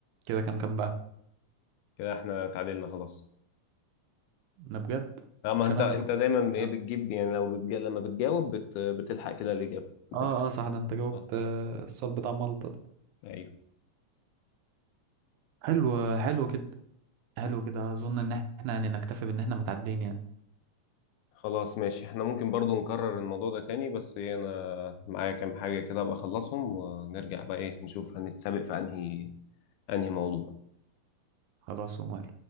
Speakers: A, on the right; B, on the left.
A: كده كام كام بقى
B: كده احنا اتعادلنا خلاص
A: انا بجد
B: اما
A: مش
B: انت
A: انا
B: انت
A: اللي كنت
B: دايما
A: كسبان يا
B: ايه
A: عم
B: بتجيب يعني لو بتج... لما بتجاوب بت... بتلحق كده الإجابة بتلحق
A: اه اه صح ده انت جاوبت
B: آه.
A: آه، السؤال بتاع مالطا ده
B: ايوه
A: حلو حلو كده حلو كده اظن ان احنا يعني نكتفي بان احنا متعدين يعني
B: خلاص ماشي احنا ممكن برضو نكرر الموضوع ده تاني بس ايه انا معايا كام حاجة كده ابقى اخلصهم ونرجع بقى ايه نشوف هنتسابق في انهي انهي موضوع
A: خلاص ومال